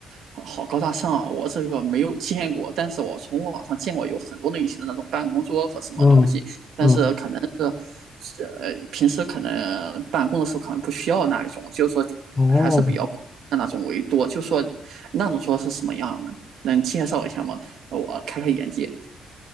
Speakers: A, on the right; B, on the left.
A: 好好高大上啊，我这个没有见过，但是我从网上见过有很多类型的那种办公桌和什么东西，
B: 嗯嗯，
A: 但是可能是，呃，平时可能办公的时候可能不需要那一种，就是说还是比较的那种为多，
B: 哦，
A: 就说那种桌是什么样的，能介绍一下吗？我开开眼界。